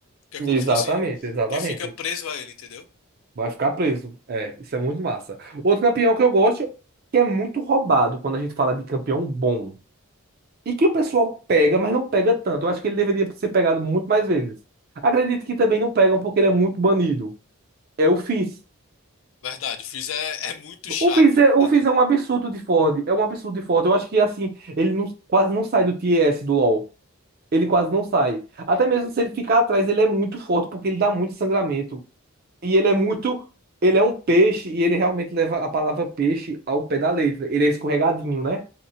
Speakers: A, on the left; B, on the right.
A: Que é
B: Exatamente,
A: como se fosse.
B: exatamente.
A: Que fica preso a ele, entendeu?
B: Vai ficar preso. É, isso é muito massa. Outro campeão que eu gosto, que é muito roubado quando a gente fala de campeão bom. E que o pessoal pega, mas não pega tanto. Eu acho que ele deveria ser pegado muito mais vezes. Acredito que também não pegam porque ele é muito banido. É o Fizz.
A: Verdade, o Fizz é, é muito chato.
B: O Fizz é, o
A: <laughs>
B: Fizz é um absurdo de Ford. É um absurdo de Ford. Eu acho que, assim, ele não- quase não sai do TS do LoL. Ele quase não sai. Até mesmo se ele ficar atrás, ele é muito forte porque ele dá muito sangramento. E ele é muito. Ele é um peixe e ele realmente leva a palavra peixe ao pé da letra. Ele é escorregadinho, né?